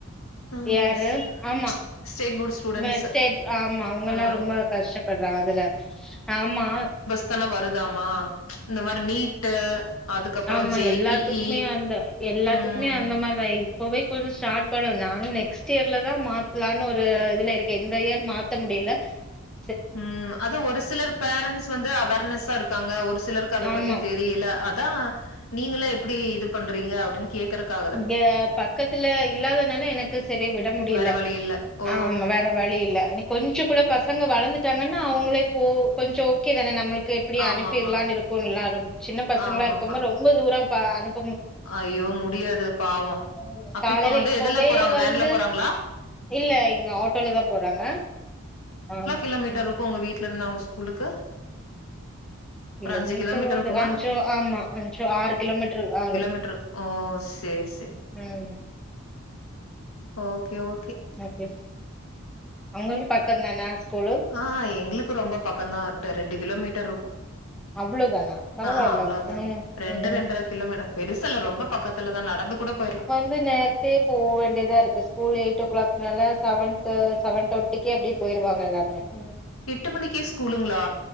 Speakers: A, on the left; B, in the centre.
A: ஆ
B: யாரு
A: ஸ்
B: ஆம்மா
A: ஸ்டேட் போர்ட் ஸ்டூடண்ட்ஸ்.
B: மேட் ஆம்மா அவுங்கல்லா
A: ஆ.
B: ரொம்ப கஷ்டப்பட்றாங் அதுல ஆம்மா
A: த்தன வருதாம்மா இந்தமார் நீட்டு அதுக்கப்புறம்
B: ஆம்மா
A: ஜேஇஇ.
B: எல்லாத்துக்மே அந்த எல்லாத்துக்மே
A: ம்.
B: அந்த மார்தா புவேக் ஒரு ஸ்டார்ட் பண்ணே நானு நெக்ஸ்ட் யேர்ல தா மாத்துலான்னு ஒரு இதுல இருக்கே இந்த யேர் மாத்த முடிய்ல <unintelligible>
A: ம் அது ஒரு சிலர் பேரண்ஸ் வந்து அவர்னஸ்ஸா இருக்காங்க ஒரு சிலருக்கு அத
B: ஆமா
A: பத்தி தெர் தெரியில அதா நீங்கள எப்புடி இது பண்றீங்க அப்டின் கேக்கறக்கா
B: ங்க பக்கத்துல இல்லாதனால எனக்கு சரி விட முடியல
A: வேற வழி இல்ல ஓ
B: ஆம்மா வேற வழி இல்ல கொஞ்சொ கூட பசங்க வளந்துட்டாங்கன்னா அவுங்களே போ கொஞ்சொ ஓக்கே தானே நம்மளுக் கேப்பிடி
A: ஆமாமா
B: அனுப்பிர்லான்னு இருக்கோன்லா அது சின்ன பசங்கள
A: ஆமாமா
B: இருக்கப்போ ரொம்ப தூரப்ப அனுப்
A: ஐயோ முடியாது பாவோ
B: ம்.
A: அப்ப
B: காலையில
A: இப்ப வந்து
B: இப்பவே
A: எதுல போறாங்க
B: வந்து
A: வேன்ல போறாங்களா
B: இல்ல இங்க ஆட்டோல தா போறாங்க ஆமா
A: கிலோ மீட்டர்
B: ம்.
A: இருக்கு உங்க வீட்ல இருந்து அவங்க ஸ்கூலுக்கு
B: கிலோமீட்டர்
A: ஒரு அஞ்சு
B: ஒரு
A: இருக்குமா
B: அஞ்சோ ஆமா அஞ்சோ ஆறு கிலோமீட்டர் ஆறு
A: மீட்டரு ஓ சேர் சேர்
B: ம்.
A: ஓகே ஓகே
B: ஓகே அவங்களுக்கு பக்கந்தானா ஸ்கூலு
A: ஆஹா எங்களுக்கு ரொம்ப பக்கந்தா டு ரெண்டு கிலோ மீட்டர்ருக்கு
B: அவ்ளோதானா? பரவால்ல.
A: ஆஅ அவ்ளதா
B: ம்.
A: ரெண்டு
B: ம்.
A: ரெண்ர கிலோமீட்டர் பெருசல்ல ரொம் ரொம்ப பக்கத்துல தா நடந்து கூட போயிறலா
B: இந்த நேரத்தே போ வேண்டிதா இருக்கு ஸ்கூல் எயிட் ஓ கிளாக் நால சவன் தோ சவன் டொன்டிக்கே அப்டி பெயிருவாங்க எல்லாருமே ம்
A: எட்டு மணிக்கே ஸ்கூலுங்களா